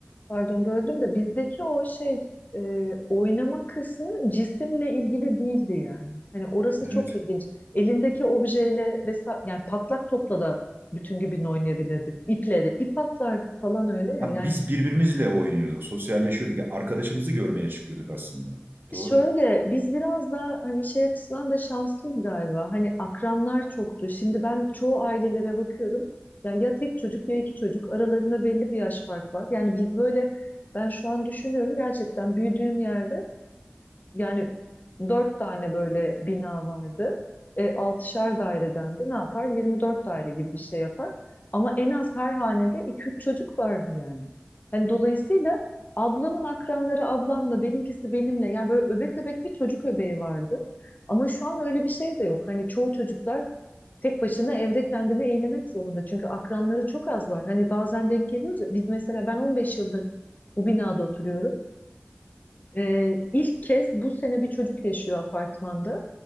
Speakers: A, on the left; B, on the right.
A: pardon böldüm de bizdeki o şey e, oynama kısmı cisimle ilgili değildi yani. Hani orası
B: Evet.
A: çok ilginç. Elindeki objeyle vesaire yani patlak topla da bütün gün oynayabilirdik. İple de ip atlardık falan öyle ya.
B: Ha,
A: Yani
B: biz birbirimizle oynuyorduk, sosyalleşiyorduk. Yani arkadaşımızı görmeye çıkıyorduk aslında. Doğru.
A: Şöyle biz biraz daha hani şey açısından da şanslıyız galiba. Hani akranlar çoktu. Şimdi ben çoğu ailelere bakıyorum. Ya, ya tek çocuk ya iki çocuk. Aralarında belli bir yaş fark var. Yani biz böyle ben şu an düşünüyorum gerçekten büyüdüğüm yerde yani dört tane böyle bina vardı. E, altışar daireden de ne yapar? 24 daire gibi bir şey yapar. Ama en az her hanede iki üç çocuk vardı yani. Hani dolayısıyla ablamın akranları ablamla, benimkisi benimle. Yani böyle öbek öbek bir çocuk öbeği vardı. Ama şu an öyle bir şey de yok. Hani çoğu çocuklar tek başına evde kendini eğlemek zorunda. Çünkü akranları çok az var. Hani bazen denk geliyoruz ya. Biz mesela ben 15 yıldır bu binada oturuyorum. Ee, ilk kez bu sene bir çocuk yaşıyor apartmanda.